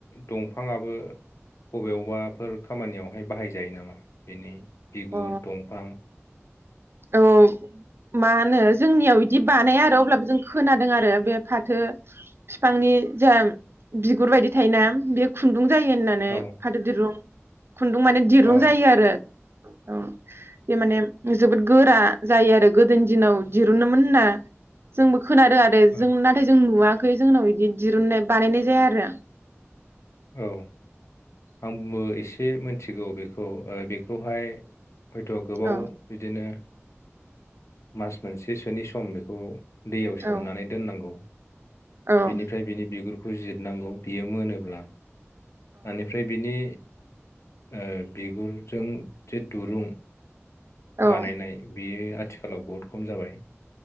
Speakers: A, on the left; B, on the right.
A: दं फांयाबो बबेयावबाफोर खामानियावहाय बाहायजायो नामा? बेनि बिगुर,
B: अ
A: दंफां।
B: औ मा होनो जोंनियाव बिदि बानाया आरो अब्लाबो जों खोनादों आरो बे फाथो फिफांनि जा बिगुर बायदि थायोना बे खु रुं जायो होननानै
A: औ
B: फाथो दिरुं। खुन्दुं माने दिरुं
A: अ
B: जायो आरो। औ बे माने जोबोद गोरा जायो आरो गोदोनि दिनाव दिरुनोमोन होनना जोंबो खोनादो आरो
A: औ
B: जों नाथाय जों नुवा खै जोंनाव बिदि दिरुननाय बानायनाय जाया आरो
A: औ आंबो एसे मिथिगौ बेखौ बेखौहाय हयथ गोबाव
B: औ
A: बिदिनो मास मोनसेसोनि सम बेखौ। दैयाव सोमनानै
B: औ
A: दोननांगौ।
B: औ अ
A: बिनिफ्राय बिनि बिगुर। फुजिरनांगौ बियो मोनोब्ला ओनिफ्राय बिनि ओ बिगुरजों जे दुरुं
B: औ
A: बानायनाय बेयो आथिखालाव बहुद खम जाबाय